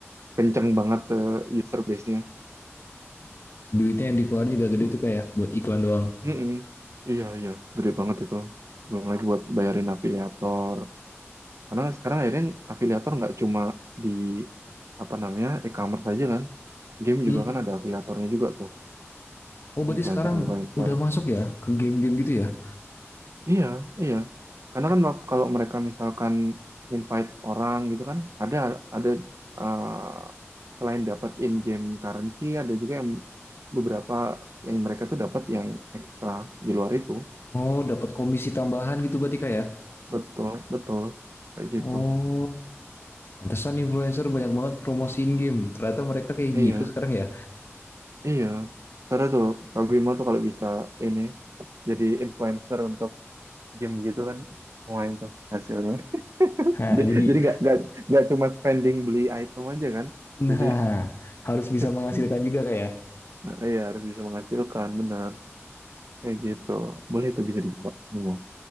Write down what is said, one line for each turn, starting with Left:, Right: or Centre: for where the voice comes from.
Right: kenceng banget uh, user base-nya.
Left: Duitnya yang dikeluarin juga gede tuh kayak buat iklan doang.
Right: Mm-mm. Iya, iya, gede banget itu. Belum lagi buat bayarin afiliator. Karena sekarang akhirnya afiliator nggak cuma di apa namanya e-commerce aja kan. Game
Left: Hmm.
Right: juga kan ada afiliatornya juga tuh,
Left: Oh berarti
Right: influencer-influencer.
Left: sekarang udah masuk ya ke game-game gitu ya?
Right: Iya, iya. Karena kan wak- kalau mereka misalkan invite orang gitu kan, ada ada eh, selain dapat in-game currency, ada juga yang beberapa yang mereka tuh dapat yang ekstra di luar itu.
Left: Oh dapat komisi tambahan gitu berarti Kak ya?
Right: Betul, betul. Kayak gitu.
Left: Oh pantesan influencer banyak banget promosiin game. Ternyata mereka kayak
Right: Iya,
Left: gitu sekarang ya.
Right: iya. Seru tuh, Kak Bimo tuh kalau bisa ini jadi influencer untuk game gitu kan lumayan tuh hasilnya. <laughs>
Left: Nah jadi
Right: Jadi nggak nggak nggak cuma spending beli item aja kan.
Left: nah
Right: Jadi
Left: harus bisa
Right: <laughs>
Left: menghasilkan juga Kak ya.
Right: Nah, Iya harus bisa menghasilkan benar kayak gitu boleh itu bisa dicoba memang